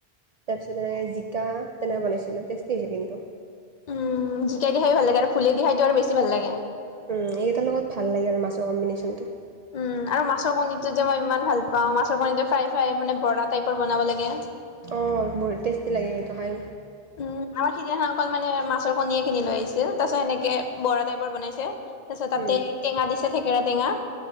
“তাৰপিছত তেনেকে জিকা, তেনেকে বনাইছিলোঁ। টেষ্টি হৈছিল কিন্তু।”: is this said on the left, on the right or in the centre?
Right